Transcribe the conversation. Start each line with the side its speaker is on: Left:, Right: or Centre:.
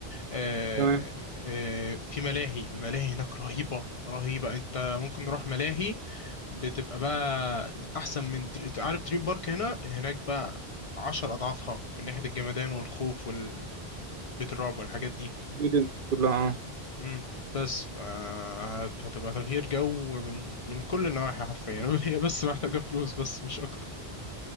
Left: آه،
Right: تمام
Left: آه، في ملاهي الملاهي هناك رهيبة رهيبة انت ممكن نروح ملاهي بتبقى بقى احسن من در... انت عارف دريم بارك هنا هناك بقى عشر اضعافها من ناحية الجمدان والخوف والبيت الرعب والحاجات دي
Right: الدنيا كلها اه
Left: امم بس ف- هت- هتبقى تغيير جو من من كل النواحي حرفيا <laughs> هي بس محتاجة فلوس بس مش اكتر